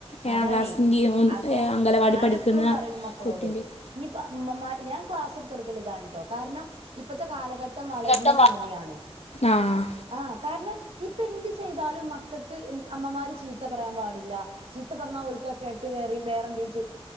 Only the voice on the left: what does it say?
ഏഴാം
ക്ലാസ്സിൻ്റെയും
അംഗനവാടി
പഠിക്കുന്ന
കുട്ടിൻ്റെയും
ഘട്ടം
ആഹ്